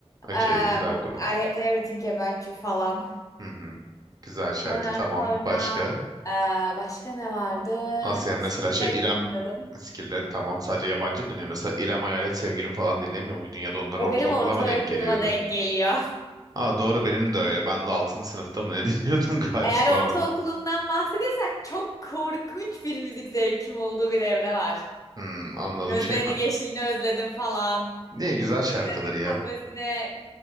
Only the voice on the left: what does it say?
Ee,
bu
I Had Everything About You falan.
Ondan
sonra
ee, başka ne vardı?
Skillet
dinliyordum.
O
benim ortaokuluma
denk geliyor. <laughs>
Eğer ortaokulumdan
bahsediyorsak çok korkunç bir müzik zevkim olduğu bir evre var.
Gözlerinin
yeşilini özledim falan.
Gözlerinin
kahvesine